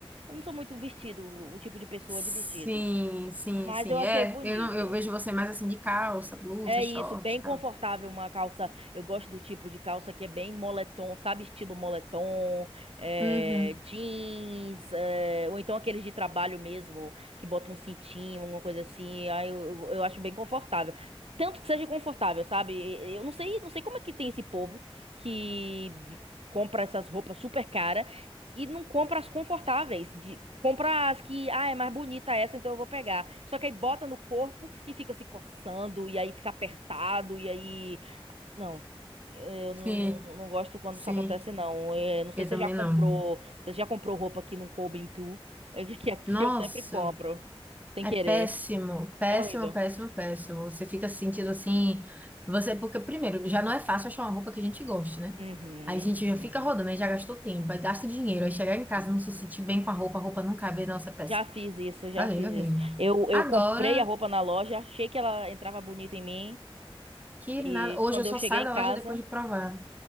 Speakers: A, on the right; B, on the right.
A: eu não sou muito vestido, o tipo de pessoa
B: Sim,
A: de vestido.
B: sim,
A: Mas
B: sim.
A: eu achei
B: É,
A: bonito.
B: eu não, eu vejo você mais assim de calça, blusa,
A: É isso,
B: short
A: bem
B: e
A: confortável
B: tal.
A: uma calça. Eu gosto do tipo de calça que é bem moletom, sabe? Estilo moletom, é,
B: Uhum.
A: jeans, é, ou então aqueles de trabalho mesmo, que botam um cintinho, alguma coisa assim. Aí eu, eu eu acho bem confortável. Tanto que seja confortável, sabe? E- Eu não sei, não sei como é que tem esse povo que v- compra essas roupas super caras e não compra as confortáveis. De, compra as que, ah, é mais bonita essa, então eu vou pegar. Só que aí bota no corpo e fica se coçando, e aí fica apertado, e aí. Não. Eu
B: Sim,
A: não, não- não gosto quando
B: sim.
A: isso acontece, não. É, não sei
B: Eu
A: se
B: também
A: você já comprou.
B: não.
A: Se você já comprou roupa que não coube em tu. É que aqui
B: Nossa.
A: eu sempre compro. Sem
B: É
A: querer.
B: péssimo, péssimo,
A: É horrível.
B: péssimo, péssimo. Você fica se sentindo assim, você porque primeiro já não é fácil achar uma roupa que a gente goste, né?
A: Uhum,
B: Aí a gente já
A: uhum,
B: fica rodando, aí já gastou tempo, aí gasta dinheiro, aí chegar
A: uhum.
B: em casa não se sentir bem com a roupa, a roupa não cabe, nossa, é péssimo.
A: Já fiz isso, já
B: Valeu,
A: fiz
B: valeu.
A: isso. Eu, eu
B: Agora
A: comprei a roupa na loja, achei que ela entrava bonita em mim.
B: que
A: E
B: nada, hoje
A: quando
B: eu só
A: eu cheguei
B: saio
A: em
B: da
A: casa,
B: loja depois de provar.